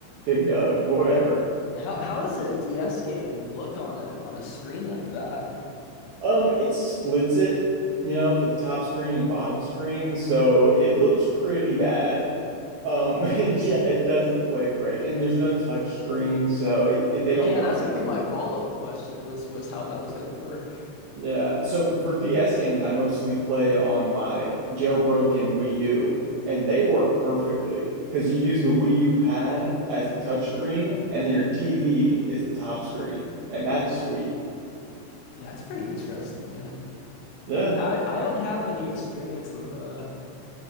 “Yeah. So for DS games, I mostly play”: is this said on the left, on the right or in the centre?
Right